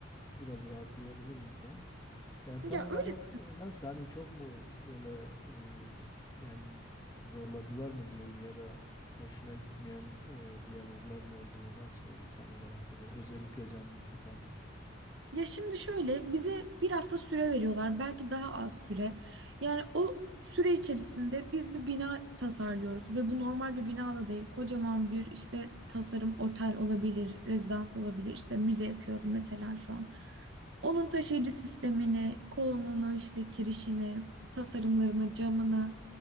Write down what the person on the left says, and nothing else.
biraz rahatlayabilir insan. Yani tam
olarak
e, nasıl hani çok mu böyle e, yani zorladılar mı diyeyim ya da hoşuna gitmeyen e, diyaloglar mı oldu? Nasıl oldu tam olarak böyle özellikle canını sıkan?